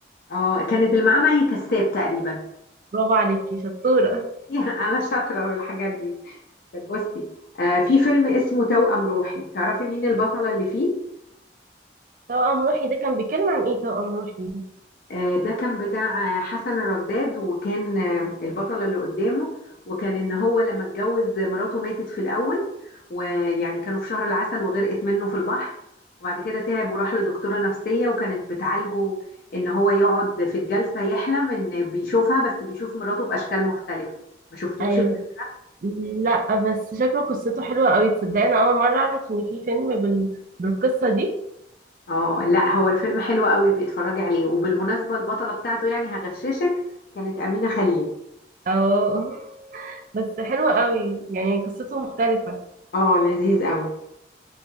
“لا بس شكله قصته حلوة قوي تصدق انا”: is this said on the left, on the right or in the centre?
Right